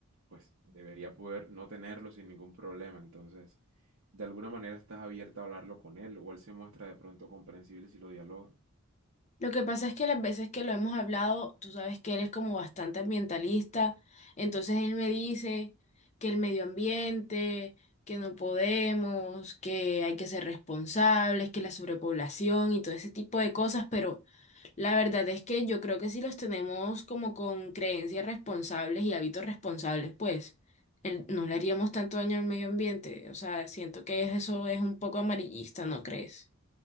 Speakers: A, on the right; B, on the left.
A: pues debería poder no tenerlo sin ningún problema. Entonces, de alguna manera estás abierta a hablarlo con él o él se muestra de pronto comprensible si lo dialoga.
B: Lo que pasa es que las veces que lo hemos hablado, tú sabes que él es como bastante ambientalista. Entonces él me dice que el medio ambiente, que no podemos, que hay que ser responsables, que la sobrepoblación y todo ese tipo de cosas, pero... La verdad es que yo creo que si los tenemos como con creencias responsables y hábitos responsables, pues el- no le haríamos tanto daño al medio ambiente. O sea, siento que eso es un poco amarillista, ¿no crees?